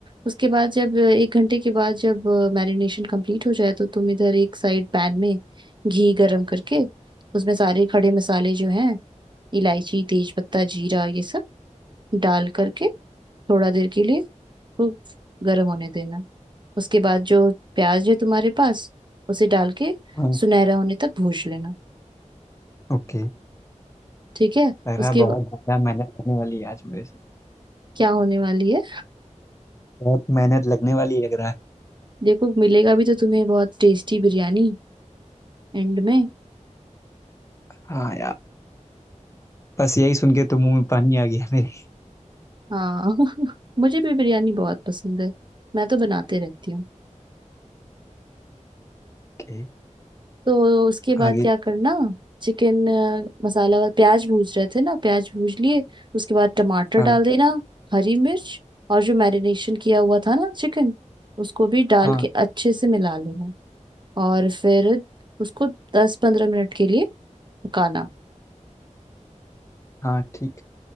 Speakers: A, on the right; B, on the left.
A: उसके बाद जब एक घंटे के बाद जब मैरिनेशन कंप्लीट हो जाए तो तुम इधर एक साइड पैन में घी गरम करके उसमें सारे खड़े मसाले जो हैं इलायची तेज पत्ता जीरा ये सब डाल करके थोड़ा देर के लिए वो गरम होने देना उसके बाद जो प्याज है तुम्हारे पास उसे डाल के
B: हाँ
A: सुनहरा होने तक भून लेना
B: ओके
A: ठीक है
B: लग
A: उसके
B: रहा है बहुत
A: ब-
B: ज़्यादा मेहनत होने वाली है आज मेरे से
A: क्या होने वाली है
B: बहुत मेहनत लगने वाली लग रहा है
A: देखो मिलेगा भी तो तुम्हें बहुत टेस्टी बिरयानी एंड में
B: हाँ यार बस यही सुन के तो मुंह में पानी आ गया मेरे
A: हाँ <laughs> मुझे भी बिरयानी बहुत पसंद है मैं तो बनाते रहती हूँ
B: के
A: तो उसके बाद
B: आगे
A: क्या करना चिकन मसाला और प्याज भूज रहे थे ना प्याज भूज लिए उसके बाद टमाटर
B: हाँ
A: डाल देना हरी मिर्च और जो मैरिनेशन किया हुआ था ना चिकन उसको भी डाल
B: हाँ
A: के अच्छे से मिला लेना और फिर उसको दस पंद्रह मिनट के लिए पकाना
B: हाँ ठीक